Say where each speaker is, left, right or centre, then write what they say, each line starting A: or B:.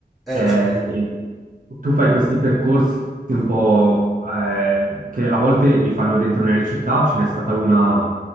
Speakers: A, in the centre; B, on the right (about 50°).
A: Eh,
B: eh,
A: ci credo.
B: che tu fai questi percorsi un po' eh, che a volte li fanno dentro nelle città, ce n'è stata una